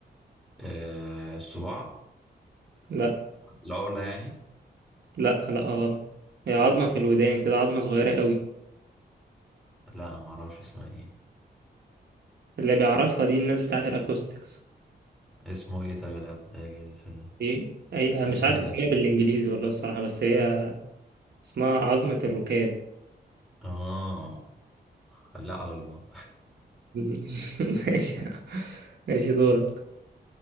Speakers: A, in the centre; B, on the right.
A: آه الصباع
B: لا
A: العقلة يعني
B: لا لا غلط هي عظمه في الودان كده عظمه صغيره قوي
A: لا ما اعرفش اسمها ايه
B: اللي بيعرفها دي الناس بتاعت الاكوستكس
A: اسمه ايه طيب العلاج اسمه ده
B: ايه هي مش
A: اسمها
B: عارف اسمها
A: ايه
B: بالانجليزي والله الصراحة بس هي اسمها عظمة الركاب
A: اه لا على الله
B: <laughs> ماشي ماشي دورك